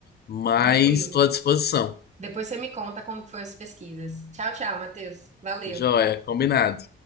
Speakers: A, on the left; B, on the right.
A: mas
B: tranquilo.
A: estou à disposição.
B: Depois você me conta como que foi as pesquisas. Tchau, tchau, Matheus. Valeu.
A: Joia, combinado.